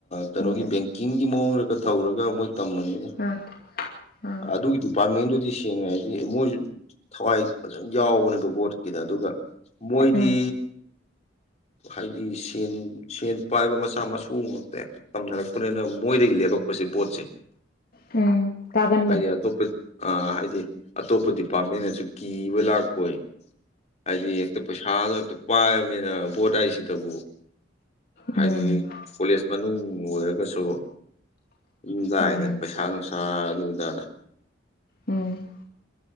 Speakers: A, on the left (about 35°); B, on the left (about 50°).
A: ꯀꯩꯅꯣꯒꯤ
B: ꯑꯩꯁꯨ
A: ꯕꯦꯡꯀꯤꯡꯒꯤ ꯃꯑꯣꯡꯗꯒ ꯇꯧꯔꯒ ꯃꯣꯏ ꯇꯝꯕꯅꯤꯅ
B: ꯑꯥ ꯑꯥ
A: ꯑꯗꯨꯒꯤ ꯗꯤꯄꯥꯔꯠꯃꯦꯟꯗꯨꯗꯤ ꯁꯦꯡꯉꯦ ꯍꯥꯏꯗꯤ ꯃꯣꯏꯁꯨ ꯊꯋꯥꯏ ꯐꯖꯅ ꯌꯥꯎꯕꯅꯦꯕ ꯕꯣꯠꯀꯤꯗ ꯑꯗꯨꯒ ꯃꯣꯏꯗꯤ
B: ꯎꯝ
A: ꯍꯥꯏꯗꯤ ꯁꯦꯟ ꯁꯦꯟ ꯄꯥꯏꯕ ꯃꯆꯥ ꯃꯁꯨ ꯉꯥꯛꯇ ꯍꯦꯛꯇ ꯇꯝꯅꯔꯛꯄꯅꯤꯅ ꯃꯣꯏꯗꯒꯤ ꯂꯦꯕꯛ ꯀ ꯣꯠꯁꯦ
B: ꯎꯝ ꯀꯒꯅ
A: ꯍꯥꯏꯗꯤ ꯑꯇꯣꯞꯄ ꯑ ꯍꯥꯏꯗꯤ ꯑꯇꯣꯞꯄ ꯗꯤꯄꯥꯔꯠꯃꯦꯟꯅꯁꯨ ꯀꯤꯕ ꯂꯥꯛꯄꯣꯏ ꯍꯥꯏꯗꯤ ꯍꯦꯛꯇ ꯄꯩꯁꯥꯗꯨꯣ ꯍꯦꯛꯇ ꯄꯥꯏꯔꯕꯅꯤꯅ ꯚꯣꯠ ꯍꯥꯏꯁꯤꯗꯕꯨ ꯍꯥꯏꯗꯤ
B: ꯎꯝ
A: ꯀꯣꯂꯦꯖ ꯃꯅꯨꯡ ꯑꯣꯏꯔꯒꯁꯨ ꯂꯨꯗꯥꯏꯗꯅ
B: ꯎꯝ
A: ꯄꯩꯁꯥ ꯅꯨꯡꯁꯥ ꯑꯗꯨꯨꯗꯥꯗ
B: ꯎꯝ